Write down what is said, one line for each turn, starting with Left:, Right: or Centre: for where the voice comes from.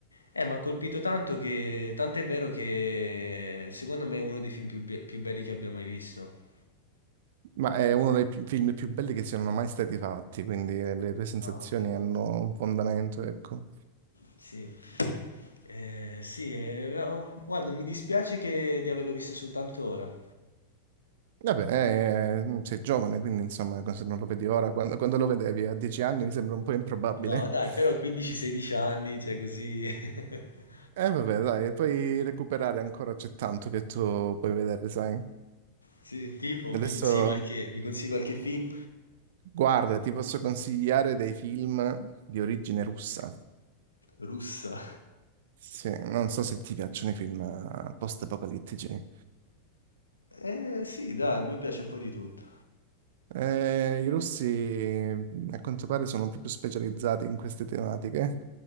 Left: eh, mi ha colpito tanto che, tanto è vero che secondo me è uno dei film più, be- più belli che abbia mai visto.
Right: ma è uno dei più- film più belli che siano mai stati fatti, quindi eh, le tue sensazioni
Left: Ah, ok.
Right: hanno un fondamento, ecco.
Left: Sì. Eh, sì, eh, no, guarda, mi dispiace che di averlo visto soltanto ora.
Right: Vabbè, eh, mm, sei giovane, quindi insomma, se non lo vedi ora, quando, quando lo vedevi a dieci anni mi sembra un po' improbabile.
Left: No, dai,
Right: <laughs>
Left: però 15-16 anni, cioè così... <laughs>
Right: E vabbè, dai, puoi recuperare ancora, c'è tanto che tu puoi vedere, sai?
Left: Sì, tipo,
Right: Adesso,
Left: mi consigli qualche, mi consigli qualche film?
Right: guarda, ti posso consigliare dei film di origine russa.
Left: Russa.
Right: Sì, non so se ti piacciono i film eh, post-apocalittici.
Left: Eh, sì, dai, a me piace un po' di tutto.
Right: Eh, i russi a quanto pare sono proprio specializzati in queste tematiche